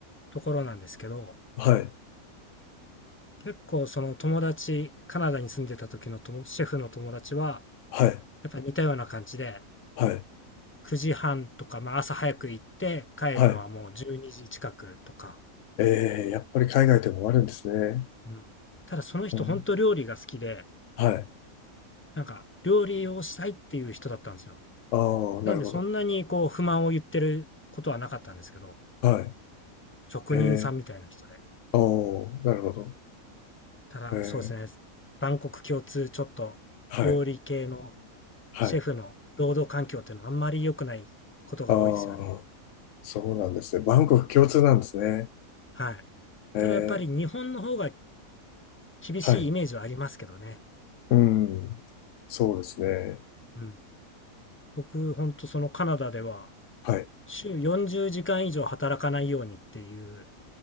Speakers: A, on the left; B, on the left.
A: ところなんですけど、
B: い。
A: 結構その友達、カナダに住んでた時のともシェフの友達は、
B: はい。
A: やっぱ似たような感じで、
B: はい。
A: 9時半とか、まあ、朝早く行って帰るのはもう12時近くとか、
B: はい。ええやっぱり海外でもあるんですね。
A: うん、ただその人本当料理が好きで、
B: うん。はい。
A: なんか料理をしたいっていう人だったんですよ。
B: ああ、
A: なんでそんなにこう不満を言ってることはなかったんですけど、
B: なるほど。はい。
A: 職人さんみたいな人で。
B: ええ。ああ、なるほど。
A: ただ、
B: ええ。
A: そうですね、万国共通、ちょっと料理系の
B: はい。はい。
A: シェフの労働環境っていうのはあんまり良くないことが多いですよね。
B: ああ、そうなんですね。バンコク共通なんですね。
A: はい。
B: ええ。
A: ただやっぱり日本の方が厳しいイメージはありますけどね。
B: はい。うん。そうですね。
A: うん。僕、ほんとそのカナダでは、
B: はい。
A: 週40時間以上働かないようにっていう